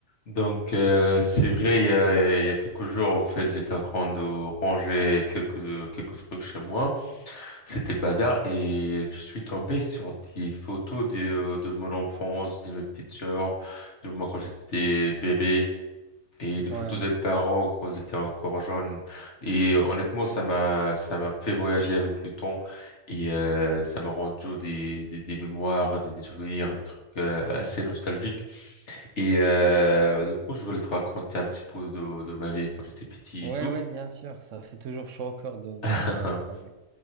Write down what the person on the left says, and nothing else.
Donc, euh, c'est vrai, il y a, il y a quelques jours, en fait, j'étais en train de ranger quelques, euh, quelques trucs chez moi. C'était le bazar et je suis tombé sur des photos de, euh, de mon enfance, de mes petites sœurs, de moi quand j'étais bébé et des photos
des parents quand ils étaient encore jeunes. Et euh, honnêtement, ça m'a, ça m'a fait voyager avec le temps et euh, ça m'a rendu des, des, des mémoires, des, des souvenirs, des trucs euh, assez nostalgiques. Et euh, du coup, je voulais te raconter un petit peu de, de ma vie quand j'étais petit
et tout.
<laughs>